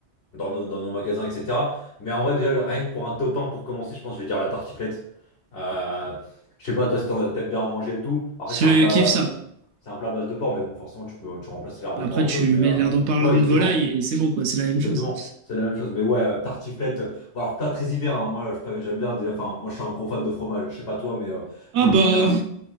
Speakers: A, on the left; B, on the right.
A: dans nos, dans nos magasins, etc. Mais en vrai, déjà, rien que pour un top 1, pour commencer, je pense que je vais dire la tartiflette. Euh, je sais pas, toi, si t'en- t'aimes bien en manger et tout. Après,
B: Je
A: c'est un plat,
B: kiffe ça.
A: c'est un plat à base de porc, mais bon, forcément, tu peux, tu remplaces lardons
B: Bah, Après,
A: par autre
B: tu
A: chose. Mais
B: mets
A: euh,
B: l'air d'en parler
A: ouais, exactement.
B: de volaille et c'est bon, quoi, c'est la même
A: Exactement,
B: chose.
A: c'est la même chose. Mais ouais, euh, tartiflette. euh, Bon, alors, plat très hiver, hein, moi, je préfère- j'aime bien déjà. Enfin, moi, je suis un gros fan de fromage. Je sais pas toi, mais euh,
B: Ah
A: moi,
B: bah,
A: tu me mets un,